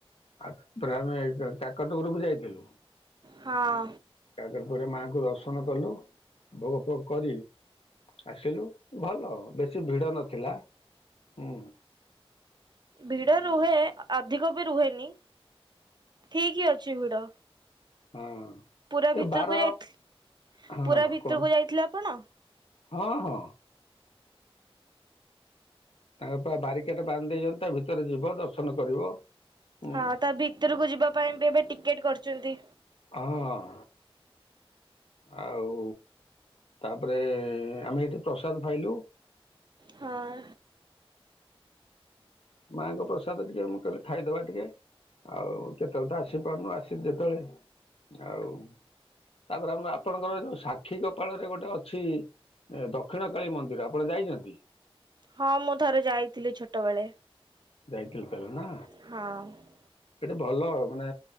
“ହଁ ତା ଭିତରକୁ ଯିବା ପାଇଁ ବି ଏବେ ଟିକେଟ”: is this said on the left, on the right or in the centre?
Right